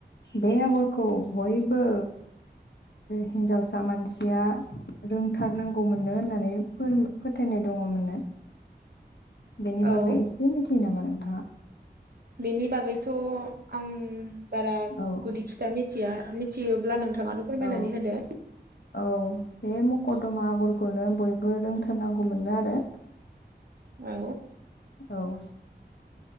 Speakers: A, on the left (about 75°); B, on the right (about 60°).
A: बे आगरखौ बयबो हिन्जावसा मानसिया रोंथारनांगौमोन नो होननानै फोथायनाय दङ मोननो। बेनि
B: औ
A: बागै इसे मिथियो नामा? नोंथाङा?
B: बेनि बागैथ' आं बारा
A: औ
B: गुदि खिथा मिथिया। मिथियोब्ला नों थाङानो फोरमायनानै
A: औ
B: होदो।
A: औ बे मकरदमा आगरखौनो बयबो रोंथारनांगौ मोनो आरो।
B: औ।
A: औ।